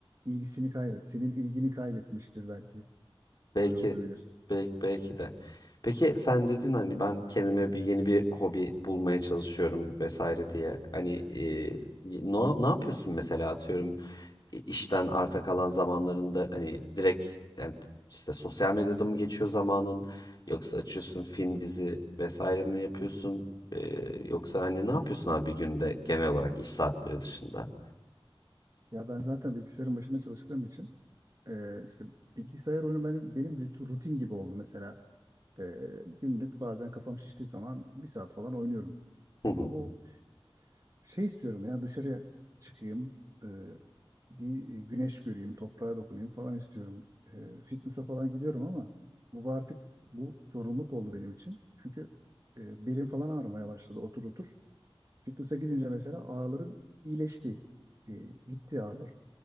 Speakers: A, on the right (about 40°); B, on the left (about 45°).
A: İlgisini kaybet, senin ilgini kaybetmiştir belki.
B: Belki,
A: Öyle olabilir.
B: belki, belki de. Peki sen dedin hani ben kendime bir yeni bir hobi bulmaya çalışıyorum vesaire diye. Hani e, ne, ne yapıyorsun mesela atıyorum i- işten arta kalan zamanlarında hani direkt yani işte sosyal medyada mı geçiyor zamanın yoksa açıyorsun film dizi vesaire mi yapıyorsun? E, yoksa hani ne yapıyorsun abi bir günde genel olarak iş saatleri dışında?
A: Ya ben zaten bilgisayarın başında çalıştığım için e, işte bilgisayar oyunu benim, benim rutin gibi oldu mesela. Ee, günlük bazen kafam şiştiği zaman bir saat falan oynuyorum.
B: Hı hı.
A: Ama bu şey istiyorum ya dışarıya çıkayım, e, bir güneş göreyim, toprağa dokunayım falan istiyorum. E, fitness'a falan gidiyorum ama bu artık bu zorunluluk oldu benim için. Çünkü e, belim falan ağrımaya başladı otur otur. Fitness'a gidince mesela ağrılarım iyileşti. E, gitti ağrılarım.